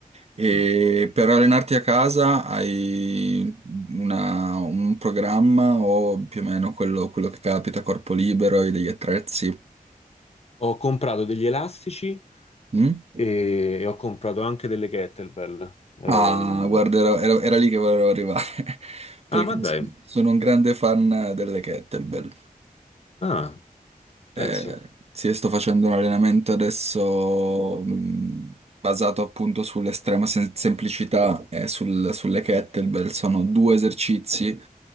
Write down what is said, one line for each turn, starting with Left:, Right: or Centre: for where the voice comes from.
Right: E
Left: Mm.
Right: per allenarti a casa hai una- un programma o più o meno quello, quello che capita, corpo libero, hai degli attrezzi?
Left: Ho comprato degli elastici
Right: Mm?
Left: e, e ho comprato anche delle kettlebell. Ehm,
Right: Ah, guarda, era, era- era lì che volevo arrivare, <laughs> perché
Left: ah, ma
Right: son-
Left: dai.
Right: sono un grande fan delle kettlebell.
Left: Ah,
Right: Eh,
Left: pensa.
Right: sì, sto facendo un allenamento adesso mh, basato appunto sull'estrema sen- semplicità e sul- sulle kettlebell. Sono due esercizi,